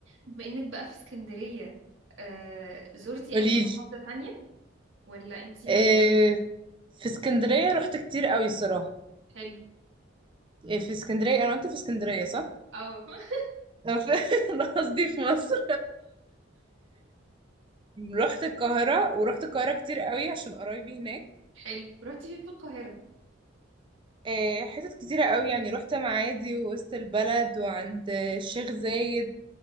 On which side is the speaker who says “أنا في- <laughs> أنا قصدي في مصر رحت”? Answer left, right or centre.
Right